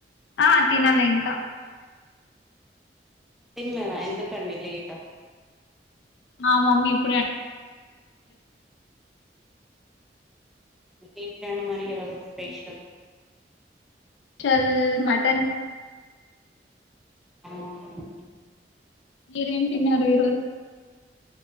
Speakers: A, on the left (about 80°); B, in the centre.
A: ఆ తినాలే ఇంకా
B: తిన్నరా ఎందుకండి లేట్
A: ఆ మమ్మీ ఎప్పుడే
B: ఏంటండి మరి ఇవాళ స్పెషల్
A: చల్ మటన్
B: అవునాండి
A: మీరేం తిన్నారు ఇరోజ్